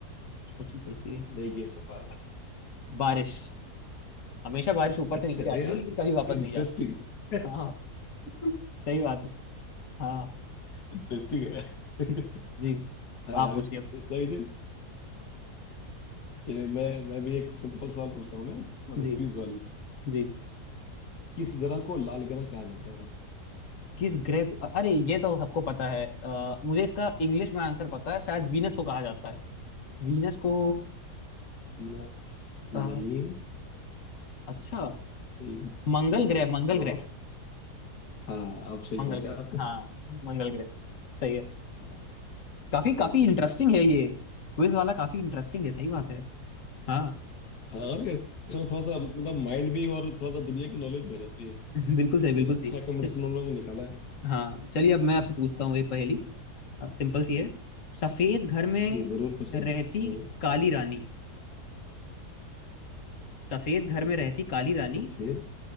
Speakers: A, on the left; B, on the left.
A: सोचिए सोचिए
B: नहीं ये सोफा
A: बारिश हमेशा बारिश ऊपर से
B: अच्छा
A: नीचे
B: अरे
A: आती
B: यार
A: है लेकिन कभी वापस
B: इंटरेस्टिंग
A: नहीं जाती
B: <laughs>
A: हाँ <laughs> सही बात है हाँ
B: इंटरेस्टिंग है
A: <laughs>
B: <laughs>
A: जी
B: हाँ यार
A: आप पूछिए
B: इस
A: अब।
B: इस तरह की चलिए मैं मैं भी एक सिंपल सवाल पूछता हूँ मैं मतलब
A: जी
B: क्विज वाली
A: जी
B: किस ग्रह को लाल ग्रह कहा जाता है
A: किस ग्रह को अरे ये तो सबको पता है अ, मुझे इसका इंग्लिश में आंसर पता है शायद वीनस को कहा जाता है वीनस को
B: वीनस
A: अ,
B: नहीं
A: अच्छा
B: एक
A: मंगल
B: एक
A: ग्रह
B: बार
A: मंगल
B: और
A: ग्रह
B: हाँ अब सही
A: मंगल
B: पहुंचा
A: ग्रह
B: आपने
A: हाँ मंगल ग्रह सही है
B: हाँ,
A: काफी काफी
B: ये सही
A: इंटरेस्टिंग
B: है
A: है
B: हम्म।
A: ये क्विज वाला काफी इंटरेस्टिंग है सही बात है हाँ
B: हाँ और क्या, इसमें थोड़ा सा मतलब माइंड भी और थोड़ा सा दुनिया की नॉलेज हो जाती
A: <laughs> बिल्कुल
B: है
A: सही बिल्कुल
B: ये अच्छा
A: सही
B: कंपटीशन उन लोगों ने निकाला है
A: हाँ चलिए अब मैं आपसे पूछता
B: हाँ
A: हूँ
B: हाँ
A: एक पहेली सिंपल सी है सफेद घर में
B: जी जरूर पूछिए
A: रहती
B: हम्म
A: काली रानी सफेद घर में रहती काली
B: सफेद
A: रानी